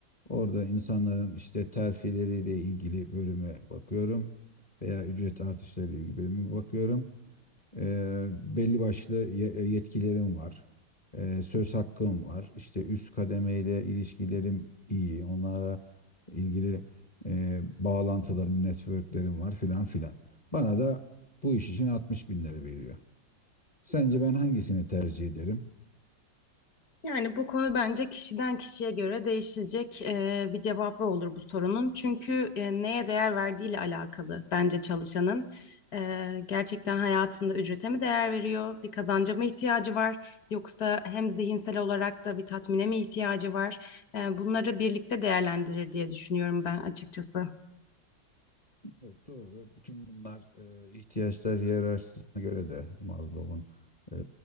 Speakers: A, on the left; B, on the left.
A: Orada insanların işte terfileriyle ilgili bölüme bakıyorum veya ücret artışları ile ilgili bölüme bakıyorum. Eee, belli başlı ye- e, yetkilerim var. Eee, söz hakkım var. İşte üst kademeyle ilişkilerim iyi. Onlara ilgili eee, bağlantılarım, networklerim var filan filan. Bana da bu iş için altmış bin lira veriyor. Sence ben hangisini tercih ederim?
B: Yani bu konu bence kişiden kişiye göre değişecek e, bir cevabı olur bu sorunun. Çünkü e, neye değer verdiğiyle alakalı bence çalışanın. E, gerçekten hayatında ücrete mi değer veriyor? Bir kazanca mı ihtiyacı var? Yoksa hem zihinsel olarak da bir tatmine mi ihtiyacı var? E, bunları birlikte değerlendirir diye düşünüyorum ben açıkçası.
A: Evet, doğru. Bütün bunlar eee, ihtiyaçlar hiyerarşisine göre de Maslow'un eee